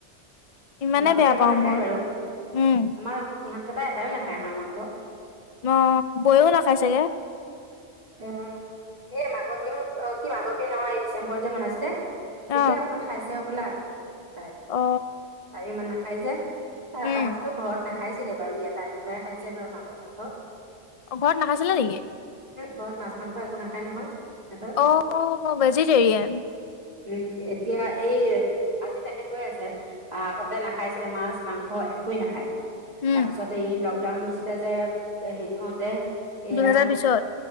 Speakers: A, on the left; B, on the right.
A: ইমানে
B: আমাৰো
A: বেয়া
B: ইহঁতে
A: পাওঁ
B: নাখায়
A: মই
B: বাৰু
A: উম
B: আমাৰ ইহত কটাাই এটাাই না খাই খা আমা খ
A: অ বৈও নাখাই চাগে
B: অ এই মাঘৰ বিহুত অ কি মাঘৰ বিহু নহয় এই ডিচেম্বৰ যে বনাইছিলে
A: অ
B: তেতিয়া অকমান খাইছে বোলা চাই
A: অ
B: তাই ইমান নাখাই যে আহ
A: উম
B: তাহাঁততো ঘৰত নাখাইছিলে বাৰু ইয়লাহিব ব পৰাে খাইছে আমাৰ মাংস চাংস
A: অ ঘৰত নাখাইছিলে নেকি
B: ঘৰত মাছ মাংস একো নাখাই নহয় সিহঁতৰ
A: অ ভেজিটেৰিয়ান
B: উম এতিয়া এই আজি তাকে কৈ আছে আগতে নাখাইছিলে মাছ মাংস একোৱেই নাখায়
A: উম
B: তাৰপিছত এই লকডাউন দিছিলে যে হেৰি হওঁতে এয়া
A: দুহেজাৰ বিশত